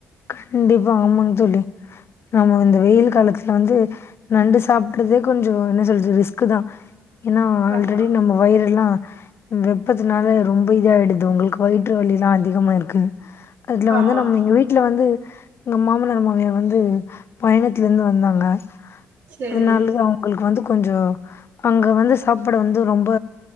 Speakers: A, on the left; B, on the right.
A: கண்டிப்பா ஆமாங் தோழி நாம இந்த வெயில் காலத்துல வந்து நண்டு சாப்படுறதே கொஞ்சோ என்ன சொல்றது ரிஸ்க்கு தா ஏனா ஆல்ரெடி
B: ஆமா
A: நம்ம வயிரெல்லா வெப்பத்தினால ரொம்ப இதா ஆயிடுது உங்களுக்கு வயிற்று வலில்லா அதிகமா இருக்கு அதுல
B: ஆமா
A: வந்து நம்ம எங்க வீட் வீட்ல வந்து எங்க மாமனார் மாமியார் வந்து பயணத்துலந்து வந்தாங்க
B: செரி
A: அதனாலயே அவுங்களுக்கு வந்து கொஞ்ச அங்க வந்து சாப்ட வந்து ரொம்ப